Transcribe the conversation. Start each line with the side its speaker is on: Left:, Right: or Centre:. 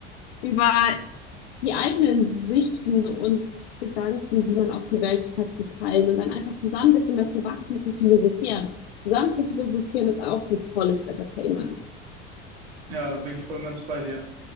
Left: über die eigenen Sichten und Gedanken, die man auf die Welt hat, zu teilen und dann einfach zusammen ein bisschen mehr zu wachsen, zu philosophieren. Zusammen zu philosophieren ist auch ein tolles Entertainment.
Right: Ja, da bin ich voll und ganz bei dir.